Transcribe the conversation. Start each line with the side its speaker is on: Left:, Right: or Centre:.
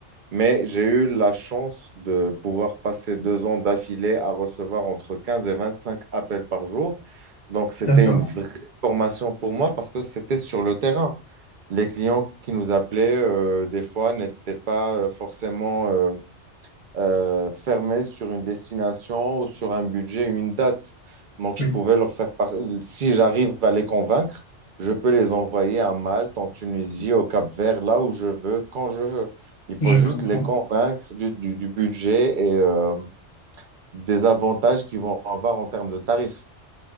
Right: Mais j'ai eu la chance de pouvoir passer deux ans d'affilée à recevoir entre 15 et 25 appels par jour. Donc, c'était
Left: d'accord.
Right: une vraie formation pour moi parce que c'était sur le terrain. Les clients qui nous appelaient, euh, des fois, n'étaient pas euh, forcément euh, euh, fermé sur une destination ou sur un budget, une date. Donc,
Left: Oui,
Right: je pouvais leur faire par- Si j'arrive à les convaincre, je peux les envoyer à Malte, en Tunisie, au Cap-Vert, là où je veux, quand je veux. Il faut
Left: je
Right: juste
Left: comprends.
Right: les convaincre du, du- du budget et euh, des avantages qu'ils vont avoir en termes de tarifs.